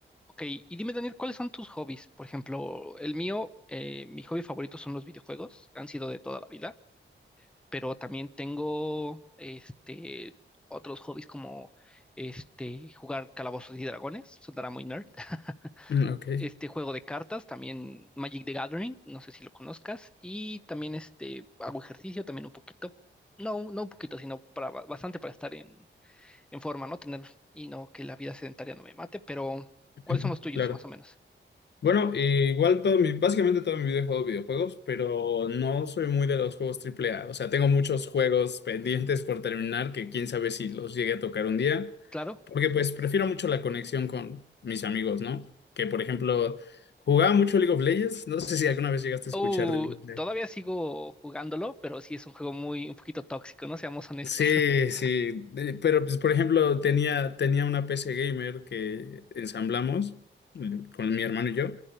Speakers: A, in the centre; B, on the left.
A: Ok, y dime Daniel, ¿cuáles son tus hobbies? Por ejemplo, el mío, eh, mi hobby favorito son los videojuegos, han sido de toda la vida, pero también tengo este otros hobbies como este jugar Calabozos y Dragones, sonará muy nerd. <laughs>
B: Mm, Ok,
A: Este juego de cartas, también Magic the Gathering, no sé si lo conozcas, y también este hago ejercicio también un poquito. No, no un poquito, sino para ba- bastante para estar en, en forma, ¿no? Tener y no que la vida sedentaria no me mate, pero
B: <clears throat> <laughs>
A: ¿cuáles son los tuyos,
B: claro.
A: más o menos?
B: Bueno, eh, igual todo mi, básicamente todo mi vida he jugado videojuegos, pero no soy muy de los juegos triple A. O sea, tengo muchos juegos pendientes por terminar que quién sabe si los llegue a tocar un día,
A: Claro.
B: porque pues prefiero mucho la conexión con mis amigos, ¿no? Que por ejemplo, jugaba mucho League of Legends. No sé si alguna vez llegaste a
A: Uh,
B: escuchar de League of Legends.
A: todavía sigo jugándolo, pero sí es un juego muy, un poquito tóxico, ¿no? Seamos honestos.
B: Sí,
A: <laughs>
B: sí, eh, pero pues por ejemplo tenía, tenía una PC gamer que ensamblamos eh, con mi hermano y yo